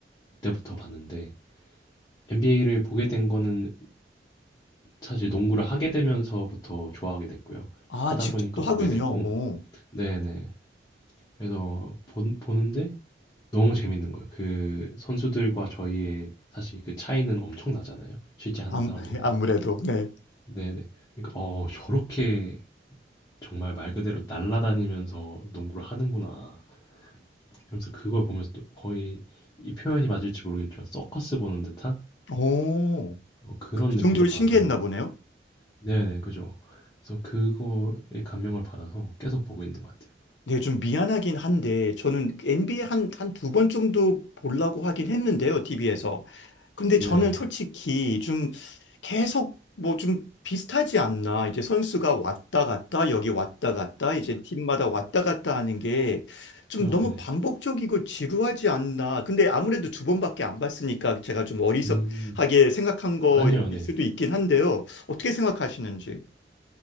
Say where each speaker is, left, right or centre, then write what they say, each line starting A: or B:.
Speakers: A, on the left; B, on the left.
A: 그때부터 봤는데 NBA를 보게 된 거는 사실 농구를 하게 되면서부터 좋아하게 됐고요.
B: 아,
A: 하다
B: 직접도
A: 보니까 보게
B: 하군요.
A: 됐고,
B: 오,
A: 네네. 그래서 본- 보는데 너무 재밌는 거예요. 그 선수들과 저희의 사실 그 차이는 엄청 나잖아요. 실제 하는
B: 아, <laughs>
A: 사람들과.
B: 아무래도, 네.
A: 네네. 그러니까 어 저렇게 정말 말 그대로 날아다니면서 농구를 하는구나. 그러면서 그걸 보면서 또 거의 이 표현이 맞을지 모르겠지만 서커스 보는 듯한
B: 오,
A: 어, 그런
B: 그
A: 느낌을
B: 정도로
A: 받아서
B: 신기했나 보네요.
A: 네네 그죠. 그래서 그거에 감명을 받아서 계속 보고 있는 것 같아요.
B: 네, 좀 미안하긴 한데, 저는 NBA 한, 한 두 번 정도 보려고 하긴 했는데요, TV에서. 근데
A: 네.
B: 저는 솔직히 좀 계속 뭐 좀 비슷하지 않나. 이제 선수가 왔다 갔다, 여기 왔다 갔다, 이제 팀마다 왔다 갔다 하는 게 좀
A: 아
B: 너무
A: 네.
B: 반복적이고 지루하지 않나. 근데 아무래도 두 번밖에 안 봤으니까 제가 좀 어리석하게
A: 음
B: 생각한 거일
A: 아니요 네.
B: 수도 있긴 한데요. 어떻게 생각하시는지.